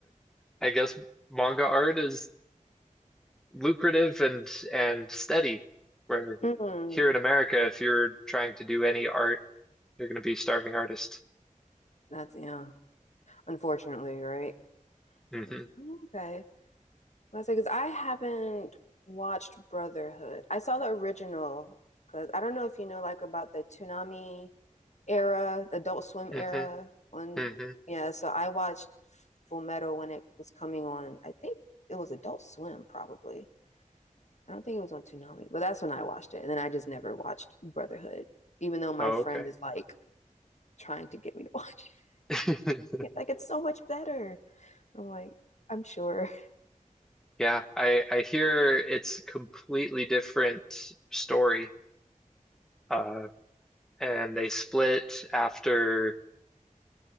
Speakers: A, in the centre; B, on the left (about 55°).
A: I guess manga art is lucrative and and steady. Where
B: Mhm.
A: here in America, if you're trying to do any art, you're going to be starving artist.
B: That's yeah. Unfortunately, right?
A: hmm
B: Mm, Okay. Well, I say, because I haven't watched Brotherhood. I saw the original because I don't know if you know like about the Toonami era, Adult Swim
A: hmm
B: era. On
A: hmm
B: yeah, so I watched Full Metal when it was coming on. I think it was Adult Swim probably. I don't think it was on Toonami, but that's when I watched it. And then I just never watched Brotherhood, even though my
A: Oh,
B: friend
A: okay.
B: is like trying to get me to watch it. <laughs>
A: <laughs>
B: Like it's so much better. I'm like, I'm sure.
A: Yeah, I I hear it's completely different story. Uh, and they split after